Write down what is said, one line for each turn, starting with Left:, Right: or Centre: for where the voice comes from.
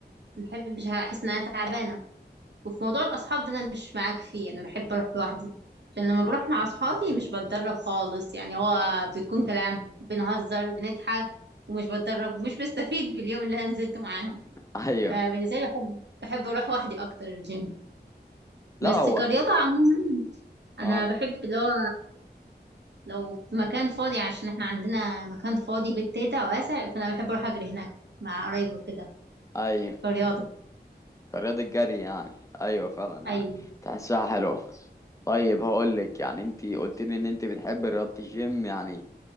Right: ما بحبش احس ان انا تعبانه وفي موضوع الأصحاب ده أنا مش معاك فيه أنا بحب أروح لوحدي عشان لما بروح مع أصحابي مش بتدرب خالص يعني هو بتكون كلام بنهزر بنضحك ومش بتدرب ومش بستفيد باليوم اللي أنا نزلته معاهم
Left: أيوه
Right: فبالنسبة لي بحب بحب أروح وحدي أكتر الجيم
Left: لا
Right: بس
Left: هو
Right: كرياضة عموما أنا
Left: آه
Right: بحب اللي هو لو في مكان فاضي عشان احنا عندنا مكان فاضي بيت تيتا واسع فأنا بحب أروح أجري هناك مع قرايبي كده
Left: أيوه
Right: كرياضة
Left: كرياضة جري يعني ايوه فعلا يعني
Right: أيوة
Left: تحسها حلوة طيب هقول لك يعني انت قلت لي ان انت بتحب رياضة الجيم يعني